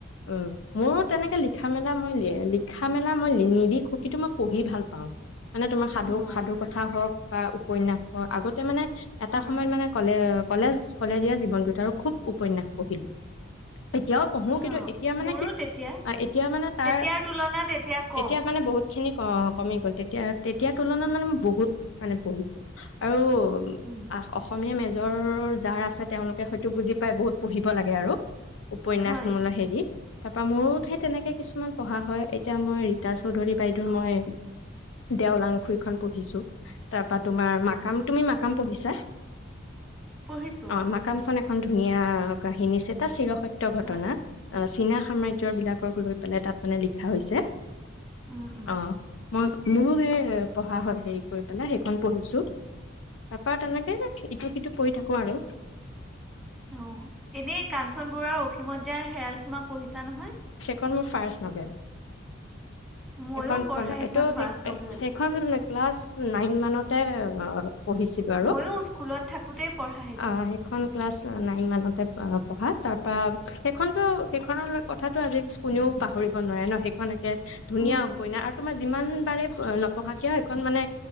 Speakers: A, on the left (about 85°); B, in the centre.
A: উ মোৰো তেনেকে লিখা মেলা মই লিখা মেলা মই নিলিখো মই পঢ়ি ভাল পাওঁ মানে তোমাৰ সাধু
B: অঁ
A: সাধু কথা হওক বা উপন্যাসৰ আগতে মানে এটা
B: হুম,
A: সময়ত
B: হুম,
A: মানে ক'লে অ কলেজ কলেজিয়া জীৱনটোত আৰু খুব উপন্যাস পঢ়িলোঁ এতিয়াও পঢ়ো কিন্তু
B: অঁ
A: এতিয়া মানে
B: মোৰো
A: কি
B: তেতিয়া
A: এতিয়া মানে তাৰ
B: তেতিয়াৰ তুলনাত কম
A: এতিয়া মানে বহুত খিনি অ কমি গ'ল তেতিয়া তেতিয়া তুলনাত মানে ম বহুত মানে পঢ়িছো আৰু
B: উম,
A: অ অসমীয়া মেজ নিজৰ যাৰ আছে তেওঁলোকে হয়তো বুজি পাই বহুত পঢ়িব লাগে আৰু উপন্যাস
B: হয়
A: মূল হেৰি তাৰ পৰাা মোৰতহে তেনেকে কিছুমান পঢ়া হয় এতিয়া মই ৰীতা চৌধুৰী বাইদেউ মই দেওল আংখুৰখন পঢ়িছো তাৰ পৰাা তোমাৰ মাকাম তুমি মাক কাম পঢ়িছা
B: পঢ়িছোঁ
A: অ ম কাম খনে এক এখন ধুনীয়া কাহিনীছে এটা চিৰস সত্য ঘটনা
B: হয়
A: চীনা সাম্ৰ্য ৰ বিলাকক লৈ পেলাই তাত মানে লিখা হৈছে
B: উম, উম,
A: অ মই মোৰো সেই এ পঢ়া হয় হেৰি কৰি পেলাই সেইখন পঢ়িছো তাৰ পৰাা তেনেকে ইটো সিটো কৰি থাকো কোৱা আৰু
B: অ এনেই কাঞ্চন বৰুৱাৰ অসীমত যাৰ হেৰাল সীমা পঢ়িছো ছা নহয়
A: <unintelligible> ফাৰ্ষ্ট নভেল
B: ময়ো
A: এখন
B: পঢ়া
A: প
B: সেইখন
A: এইটো
B: ফাৰ্ষ্ট
A: সেই
B: নভেল
A: সেইখন ন <unintelligible> ক্লাছ নাইন মানতে অ'। পঢ়িছিলোঁ আৰু
B: ময়ো স্কুলত থাকোঁতেই পঢ়া
A: আ সেইখন ক্লাছ নাইন ইমানতে পঢ়া তাৰপৰা খেইখনটো খেইখৰনলগত কথাটো আজি কোনেও পাহৰিব নোৱাৰে ন, সেইখন একে ধুনীয়া
B: উম
A: উপন্যাস আৰু তোমাৰ যিমান বাৰে নপঢ়া কিয় সেইখন মানে